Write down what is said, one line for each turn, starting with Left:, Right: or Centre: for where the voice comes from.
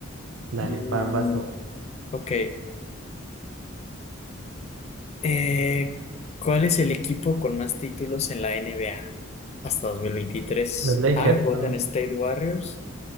Right: dale,
Left: Mm,
Right: pambas tú.
Left: ok. Eh, ¿cuál es el equipo con más títulos en la NBA hasta dos mil veintitrés
Right: Los Lakers,
Left: A. Golden
Right: no.
Left: State Warriors.